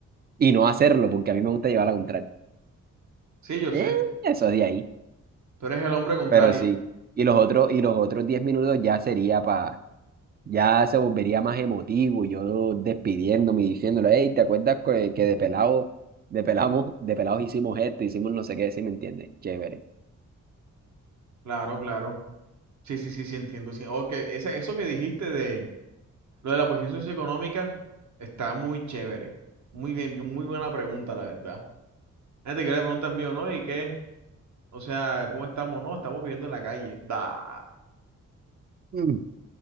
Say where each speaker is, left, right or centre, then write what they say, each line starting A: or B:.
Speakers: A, on the right (about 30°); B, on the right (about 65°).
A: Y no hacerlo, porque a mí me gusta llevar la contraria.
B: sí, yo sé.
A: Eh, eso es de ahí,
B: Tú eres el hombre contrario.
A: pero sí. Y los otros, y los otros 10 minutos ya sería para ya se volvería más emotivo, yo despidiéndome y diciéndole, hey, ¿te acuerdas que, que de pelado, de pelamos, de pelados hicimos esto, hicimos no sé qué, ¿sí me entiendes? Chévere.
B: Claro, claro. Sí, sí, sí, sí, entiendo. Sí. Ok, ese- eso que dijiste de lo de la posición socioeconómica está muy chévere. Muy bien, muy buena pregunta, la verdad. Ah, Te quiero preguntar mío, ¿no? ¿Y qué? O sea, ¿cómo estamos? No, estamos viviendo en la calle. Da.
A: Mm.